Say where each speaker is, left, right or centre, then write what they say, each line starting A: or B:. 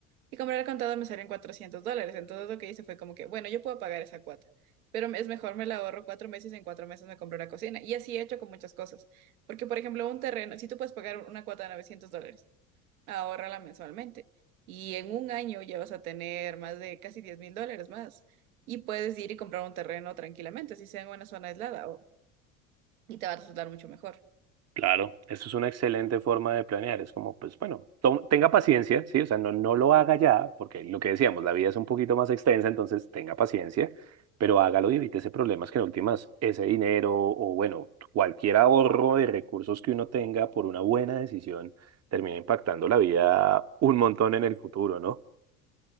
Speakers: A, on the right (about 75°); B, on the right (about 35°).
A: Y comprar al contado me salían 400 dólares. Entonces lo que hice fue como que, bueno, yo puedo pagar esa cuota. Pero es mejor me la ahorro cuatro meses, en cuatro meses me compro una cocina. Y así he hecho con muchas cosas. Porque, por ejemplo, un terreno, si tú puedes pagar una cuota de 900 dólares, Ahórrala mensualmente. Y en un año ya vas a tener más de casi diez mil dólares más. Y puedes ir y comprar un terreno tranquilamente, si sea en una zona aislada, o- y te va a resultar mucho mejor.
B: Claro, eso es una excelente forma de planear. Es como, pues bueno, to- tenga paciencia, ¿sí? O sea, no, no lo haga ya, porque lo que decíamos, la vida es un poquito más extensa, entonces tenga paciencia, pero hágalo y evite ese problemas que en últimas ese dinero o bueno, cualquier ahorro de recursos que uno tenga por una buena decisión termina impactando la vida un montón en el futuro, ¿no?